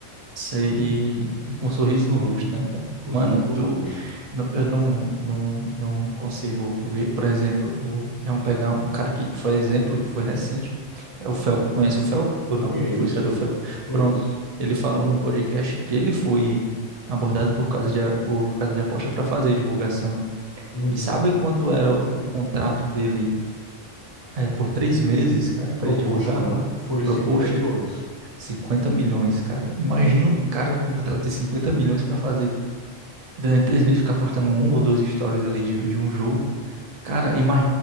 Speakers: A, on the right; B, on the left.
A: Sei, e, e com um sorriso no rosto, né, cara?
B: Com
A: Mano,
B: um sorriso no
A: tu,
B: rosto.
A: nu- eu não, não, não consigo ver, por exemplo, o, vamos pegar um cara aqui que foi exemplo, que foi recente, é o Felco, conhece o Felco ou
B: Conheço,
A: não? Influenciador Felco.
B: conheço.
A: Pronto, ele falou num podcast que ele foi abordado por casa de, a- por casa de aposta para fazer divulgação, né?
B: Uhum.
A: E sabe quanto era o, o contrato dele, é, por três meses, cara, para
B: Proposto,
A: ele divulgar?
B: né? Foi
A: Proposto?
B: 50 milhões.
A: cinquenta milhões, cara. Imagina
B: Uhum.
A: o cara contratar ter 50 milhões pra fazer durante três meses ficar postando um ou dois stories ali de, de um jogo. Cara, ima-